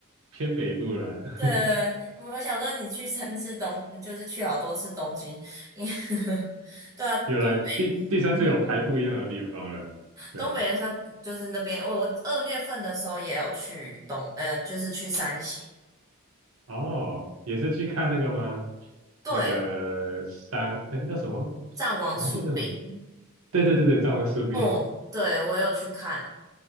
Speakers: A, on the right; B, on the right.
A: 偏北部了，<laughs>
B: 对，我我想说你去三次东，就是去好多次东京，因为 <laughs> 对啊，
A: 有了第第三次有排不一样的地方了，
B: 东北，嗯，
A: 对啊，
B: 东北也算就是那边。我我二月份的时候也有去东，呃，就是去三型，
A: 哦，也是去看那个吗？
B: 对，
A: 那个山，哎那个叫什么？
B: 战王树饼，
A: 我忘记这对对对对，藏文树冰，
B: 哦，对，我有去看，